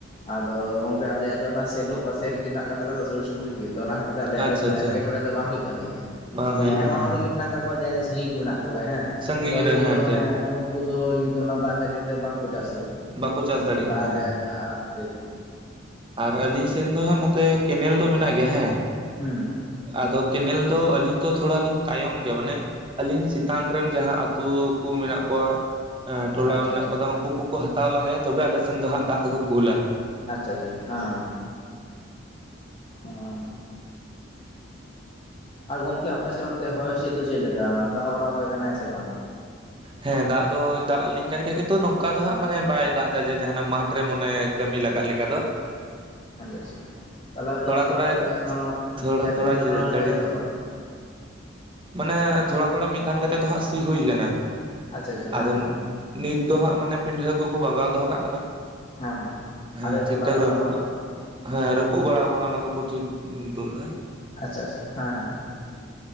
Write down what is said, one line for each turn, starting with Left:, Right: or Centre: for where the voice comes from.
Left: ᱟᱫᱚ ᱜᱚᱝᱠᱮ ᱟᱞᱮᱭᱟᱜ ᱫᱚ ᱚᱱᱟ ᱥᱮᱞᱚ ᱯᱟᱥᱮ ᱨᱮᱜᱮ ᱢᱮᱱᱟᱜ ᱟᱠᱟᱫ ᱛᱟᱞᱮ ᱫᱚ ᱥᱩᱨ ᱥᱩᱯᱩᱨᱜᱮ ᱛᱚ ᱚᱱᱟ ᱠᱷᱟᱹᱛᱤᱨ ᱛᱮ ᱟᱞᱮᱭᱟᱜ
Right: ᱟᱪᱪᱷᱟ
Left: ᱫᱚ ᱠᱚᱱᱚ
Right: ᱟᱪᱪᱷᱟ
Left: ᱮᱴᱠᱮᱴᱚᱬᱮ ᱫᱚ ᱵᱟᱝ ᱦᱩᱭᱩᱜ ᱛᱟᱞᱮ ᱜᱮᱭᱟ
Right: ᱵᱟᱝ
Left: ᱟᱫᱚ
Right: ᱦᱩᱭᱩᱜ
Left: ᱟᱭᱢᱟ
Right: ᱦᱮᱸ
Left: ᱦᱚᱲ ᱜᱮ ᱢᱮᱱᱟᱜ ᱠᱚᱣᱟ ᱡᱟᱦᱟᱸᱭ ᱫᱚ ᱥᱟᱺᱜᱤᱧ ᱠᱚ ᱢᱮᱱᱟᱜ ᱠᱚᱣᱟ ᱦᱮᱸ
Right: ᱥᱟᱺᱜᱤᱧ
Left: ᱟᱫᱚ ᱩᱱᱠᱩ
Right: ᱨᱮ
Left: ᱫᱚ ᱦᱮᱸ
Right: ᱴᱷᱤᱠ
Left: ᱩᱱᱠᱩ ᱫᱚ ᱠᱤᱱᱛᱩ ᱚᱱᱟ ᱫᱟᱜ ᱠᱷᱟᱹᱛᱤᱨ ᱛᱮ ᱵᱟᱝ ᱠᱚ ᱪᱟᱥ ᱜᱮᱭᱟ ᱠᱚ
Right: ᱵᱟᱠᱚ ᱪᱟᱥ ᱫᱟᱲᱮᱭᱟᱜ
Left: ᱚᱱᱟ ᱫᱟᱜ
Right: ᱠᱟᱱᱟ
Left: ᱨᱮᱭᱟᱜ
Right: ᱦᱮᱸ
Left: ᱟᱱᱟᱴ ᱠᱷᱟᱹᱛᱤᱨ ᱛᱮ
Right: ᱟᱨ ᱟᱹᱞᱤᱧ ᱥᱮᱱ ᱫᱚ ᱦᱟᱸᱜ ᱱᱚᱛᱮ ᱠᱮᱱᱮᱞ ᱫᱚ ᱢᱮᱱᱟᱜ ᱜᱮᱭᱟ ᱦᱮᱸ
Left: ᱦᱮᱸ
Right: ᱟᱫᱚ ᱠᱮᱱᱮᱞ ᱫᱚ ᱟᱹᱞᱤᱧ ᱫᱚ ᱛᱷᱚᱲᱟ ᱞᱤᱧ ᱛᱟᱭᱚᱢ ᱜᱮᱭᱟ ᱢᱟᱱᱮ ᱟᱹᱞᱤᱧ ᱪᱮᱛᱟᱱ ᱨᱮᱱ ᱡᱟᱦᱟᱸ ᱟᱹᱛᱩ ᱠᱚ ᱢᱮᱱᱟᱜ ᱠᱚᱣᱟ ᱴᱚᱞᱟ
Left: ᱟᱪᱪᱷᱟ
Right: ᱢᱮᱱᱟᱜ
Left: ᱟᱪᱪᱷᱟ
Right: ᱟᱠᱟᱫᱟ ᱩᱱᱠᱩ ᱠᱚᱠᱚ ᱦᱟᱛᱟᱣ ᱞᱟᱦᱟᱭᱟ ᱛᱚᱵᱮ ᱟᱞᱮᱥᱮᱱ ᱫᱚ ᱦᱟᱸᱜ ᱫᱟᱜ ᱫᱚᱠᱚ ᱠᱩᱞᱟ
Left: ᱟᱪᱪᱷᱟ ᱟᱪᱪᱷᱟ ᱦᱮᱸ ᱦᱮᱸ ᱟᱨ ᱜᱚᱝᱠᱮ ᱟᱯᱮᱥᱮᱫ ᱚᱱᱛᱮ ᱦᱚᱭ ᱦᱤᱸᱥᱤᱫ ᱫᱚ ᱪᱮᱫ ᱞᱮᱠᱟ ᱫᱟᱜ ᱵᱟᱲᱟ ᱟᱯᱮ ᱠᱟᱱᱟᱭ ᱥᱮ ᱵᱟᱝ
Right: ᱦᱮᱸ ᱫᱟᱜ ᱫᱚ ᱫᱟᱜ ᱟᱞᱤᱧ ᱠᱟᱱ ᱜᱮᱭᱟ ᱠᱤᱱᱛᱩ ᱱᱚᱝᱠᱟ ᱫᱚ ᱦᱟᱸᱜ ᱢᱟᱱᱮ ᱵᱟᱭ ᱫᱟᱜ ᱮᱫᱟ ᱡᱮ ᱡᱟᱦᱟᱱᱟᱜ ᱢᱟᱴᱷ ᱨᱮ ᱢᱟᱱᱮ ᱠᱟᱹᱢᱤ ᱞᱟᱜᱟᱜ ᱞᱮᱠᱟ ᱫᱚ
Left: ᱟᱪᱪᱷᱟ ᱟᱪᱪᱷᱟ ᱛᱟᱦᱚᱞᱮ ᱟᱫᱚ
Right: ᱛᱷᱚᱲᱟ
Left: ᱟᱯᱮ
Right: ᱛᱷᱚᱲᱟ
Left: ᱫᱚ ᱛᱟᱦᱮᱞᱮ ᱮᱠᱷᱚᱱᱳ
Right: ᱛᱷᱚᱲᱟ
Left: ᱠᱷᱮᱛ
Right: ᱛᱷᱚᱲᱟ
Left: ᱠᱟᱢᱤ ᱫᱚ
Right: ᱡᱟᱹᱲᱤ
Left: ᱮᱠᱷᱚᱱᱚ ᱟᱹᱣᱨᱤ ᱯᱮ ᱮᱛᱚᱦᱚᱵ-ᱟ
Right: ᱢᱟᱱᱮ ᱛᱷᱚᱲᱟ ᱛᱷᱚᱲᱟ ᱢᱤᱫ ᱫᱷᱟᱣ ᱠᱟᱛᱮᱜ ᱫᱚ ᱦᱟᱸᱜ ᱥᱤ ᱦᱩᱭ ᱠᱟᱱᱟ
Left: ᱟᱪᱪᱷᱟ ᱟᱪᱪᱷᱟ
Right: ᱟᱫᱚ
Left: ᱦᱮᱸ ᱦᱮᱸ
Right: ᱱᱤᱛ ᱫᱚ ᱦᱟᱸᱜ ᱢᱟᱱᱮ ᱯᱤᱸᱰᱷᱟᱹ ᱠᱚᱠᱚ ᱵᱟᱜᱟᱣ ᱫᱚᱦᱚ ᱠᱟᱜ ᱠᱟᱱᱟ
Left: ᱦᱮᱸ
Right: ᱦᱮᱸ
Left: ᱟᱹᱣᱨᱤ
Right: ᱴᱷᱤᱠ
Left: ᱯᱮ ᱞᱟᱫᱷᱚᱜᱼᱟ
Right: ᱴᱷᱟᱠ ᱨᱳᱜᱽ
Left: ᱚᱱᱟ ᱵᱟᱝ
Right: ᱦᱮᱸ ᱨᱟᱹᱯᱩᱫ ᱵᱟᱲᱟᱣ ᱠᱟᱱᱟ ᱚᱱᱟ ᱠᱚᱠᱚ ᱴᱷᱤᱠ ᱛᱩᱜ ᱮᱫᱟ
Left: ᱟᱪᱪᱷᱟ ᱟᱪᱪᱷᱟ ᱦᱮᱸ ᱦᱮᱸ